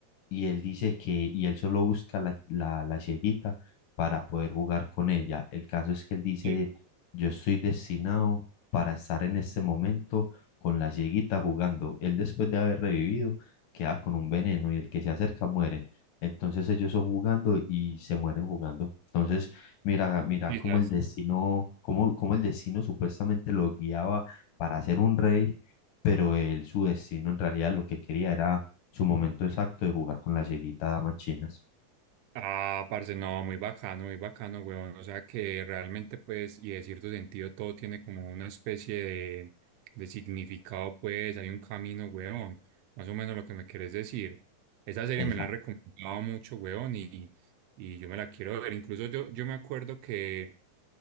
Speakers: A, on the left; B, on the right.
A: y él dice que, y él solo busca la, la, la cieguita para poder jugar con ella. El caso es que él dice,
B: Sí,
A: yo estoy destinado para estar en este momento con la cieguita jugando. Él después de haber revivido queda con un veneno y el que se acerca mueren. Entonces ellos son jugando y se mueren jugando. Entonces, mira, mira
B: quizás.
A: cómo el destino, cómo, cómo el destino supuestamente lo guiaba para ser un rey, pero él, su destino en realidad lo que quería era su momento exacto de jugar con la cieguita damas chinas.
B: Ah, parce, no, muy bacano, muy bacano, weón. O sea que realmente, pues, y de cierto sentido, todo tiene como una especie de, de significado, pues, hay un camino, weón. Más o menos lo que me querés decir. Esa serie
A: Es
B: me
A: la.
B: la han recomendado mucho, weón, y, y yo me la quiero ver. Incluso yo, yo me acuerdo que